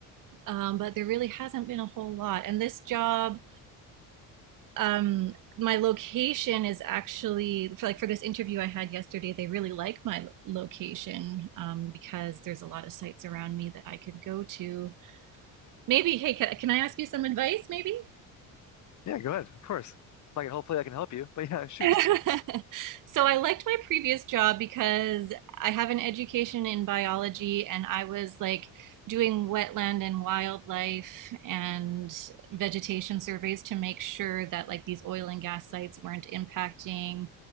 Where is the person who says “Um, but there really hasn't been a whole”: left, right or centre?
Right